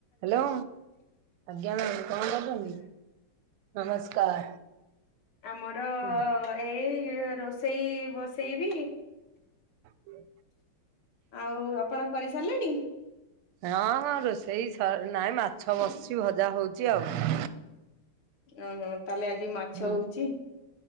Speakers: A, on the right (about 85°); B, on the left (about 75°).
A: Hello, ଆଜ୍ଞା କଣ କରୁଛନ୍ତି? ନମସ୍କାର।
B: ଆମର-ଅ-ଅ-ଅ
A: ହଁ
B: ଏଇ ରୋଷେଇ ବସେଇବି।
A: ହୁଁ
B: ଆଉ-ଉ-ଉ-ଉ ଆପଣ କରିସାରିଲେଣି?
A: ହଁ ହଁ ରୋଷେଇ ସରି ନାହିଁ ମାଛ ବସିଛି, ଭଜା ହଉଛି ଆଉ।
B: ଓହୋ ତାହେଲେ ଆଜି ମାଛ
A: ହୁଁ
B: ହଉଛି,